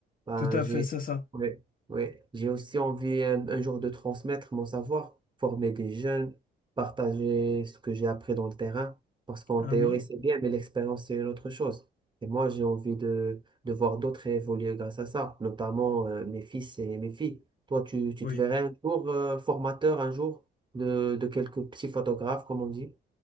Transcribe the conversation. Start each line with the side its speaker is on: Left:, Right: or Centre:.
Right: Ben,
Left: Tout à
Right: j'ai,
Left: fait, c'est ça.
Right: oui, oui. J'ai aussi envie euh, un, jour de transmettre mon savoir, former des jeunes, partager ce que j'ai appris dans le terrain. Parce qu'en
Left: Ah
Right: théorie,
Left: oui,
Right: c'est bien, mais l'expérience, c'est une autre chose. Et moi, j'ai envie de, de voir d'autres évoluer grâce à ça, notamment euh, mes fils et mes filles. Toi, tu, tu
Left: oui.
Right: te verrais un jour euh, formateur, un jour de, de quelques petits photographes, comme on dit.